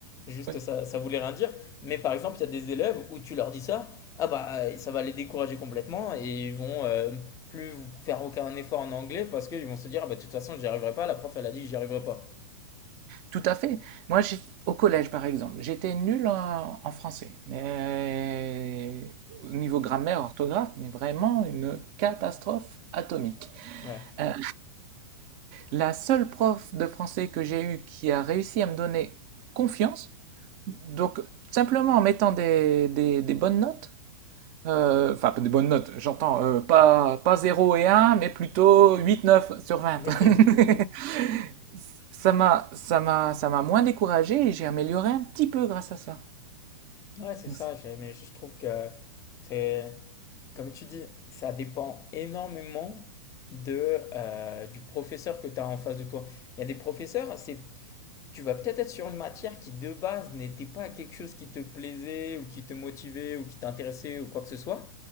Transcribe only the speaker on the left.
juste
ça, ça voulait rien dire. Mais par exemple, il y a des élèves où tu leur dis ça. Ah bah ça va les décourager complètement et ils vont, euh, plus faire aucun effort en anglais parce qu'ils vont se dire, Ah bah, de toute façon, j'y arriverai pas. La prof, elle a dit que j'y arriverai pas.
Ouais.
Ok.
Ouais, c'est
ça. j'ai- Mais je trouve que c'est, comme tu dis, ça dépend énormément de, euh, du professeur que tu as en face de toi. Il y a des professeurs, c'est Tu vas peut-être être sur une matière qui de base n'était pas quelque chose qui te plaisait ou qui te motivait ou qui t'intéressait ou quoi que ce soit.